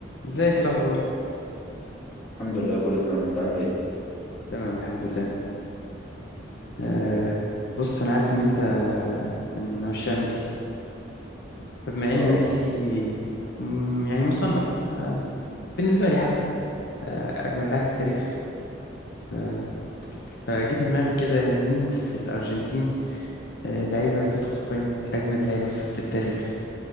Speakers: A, on the left; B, on the left.
A: ازيك إيه الاخبار
B: الحمد لله كله تمام انت عامل ايه
A: تمام الحمد لله أه بص انا عارف ان انت من عشاق ميسي فبما
B: طبعا
A: ان ميسي
B: طبعا
A: م- يعني مصنف أه بالنسبه لي حتى أه اجمد لاعب في التاريخ أه فجه في دماغي كده مين في الارجنتين أه لعيبه تدخل قائمه اجمد لعيبه في التاريخ